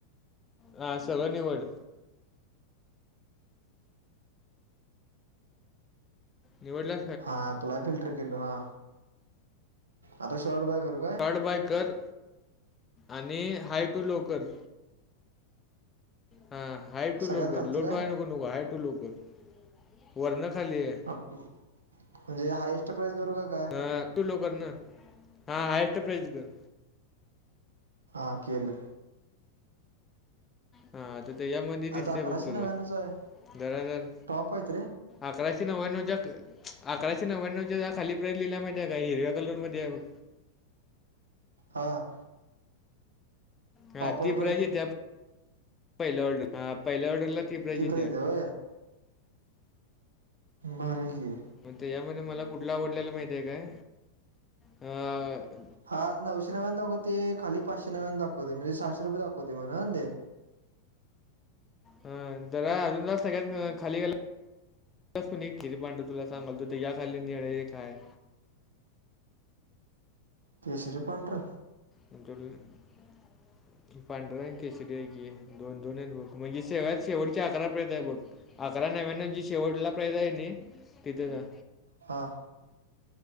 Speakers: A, on the left; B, on the right.
A: हां सगळं निवड. निवडला.
B: हा ला फिल्टर केल हा आता शॉर्ट बाय करू. काय
A: ारड बाय कर आणि हाय टू लो कर.. हा हाय टू
B: सगळ्यात
A: लोकरल
B: खालचं
A: लोटू
B: काय
A: आहे नको नको हाय टू लोकरल वर न खाली आहे.
B: अ म्हणजे हायएस्ट प्राइस करू का काय.
A: ह तू लवकर ना हा हायस्ट प्राज कर..
B: हा केले.
A: हा तर त्याच्यामध्ये दिसतेय
B: आता अकराशे
A: बुक तुला
B: नव्याण्णवच आहे
A: जरा जर..
B: टॉप आहेत रे
A: आकराशीी ना होयन जक.. अकराशे नव्याण्णवच्या खाली प्राईज लिहिल्यामध्ये आहे का हिर्या कलरमध्येध्ये..
B: हां.
A: हा
B: ऑफर
A: ती
B: प्राईस
A: प्राज येत पहि ऑर्डर हा पहिल्या ऑर्डरला. ती प्राईज
B: तीब्र
A: येत्या
B: यव. भरे घ.
A: मग यामध्ये मला कुठला आवडलेला माहिती आहे काय अ
B: हा आ नऊशेव्या दाखवते खाली पाचशेव्याने दाखव म्हणजे सहाशे रुपय दाखवते म्हणा ते..
A: ह जरा अजून सगळ्यात खाली गे.. पण एक खिरीपांडू तुला सांगालत या खाली निर्णय काय..
B: केसरी पडर..
A: म्हमच्या पांढरा केसरी आहेक आहे. दोन दोन आहेत बघ, म्हणजे सगळ्यात शेवटच्या अकरा पर्यंत आहे बघ. अकरा नव्याण्णव जी शेवटला प्राईज आहे ना तिथे जा.
B: हां